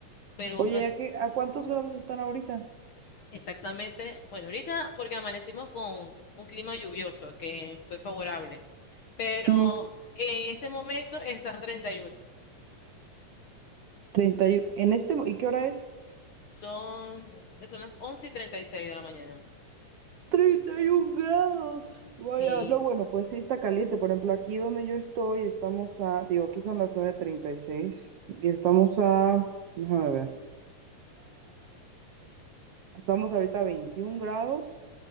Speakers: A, on the left; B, on the right.
A: Pero aún
B: Oye,
A: as-
B: ¿a qué, a cuántos grados están ahorita?
A: exactamente, bueno, ahorita porque amanecimos con un clima lluvioso que fue favorable, pero
B: Mm,
A: en este momento está treinta y uno
B: 31. ¿En este, mo- y qué hora es?
A: Son, son las 11 y treinta y seis de la mañana.
B: 31 grados. Vaya,
A: Sí.
B: no, bueno, pues sí está caliente. Por ejemplo, aquí donde yo estoy, estamos a, digo, aquí son las 9.36 y seis y estamos a, déjame ver, Estamos ahorita a 21 grados,